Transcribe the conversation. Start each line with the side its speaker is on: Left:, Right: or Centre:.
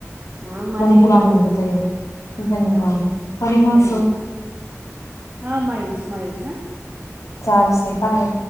Right: હા
Left: મને ખૂબ
Right: બી
Left: આનંદ
Right: બહુ ગમે
Left: થયો ધન્યવાદ
Right: હા
Left: ફરી માસો.
Right: ધન્યવાદ હા મળીશ મળીશ હ.
Left: ચાલશે બાય.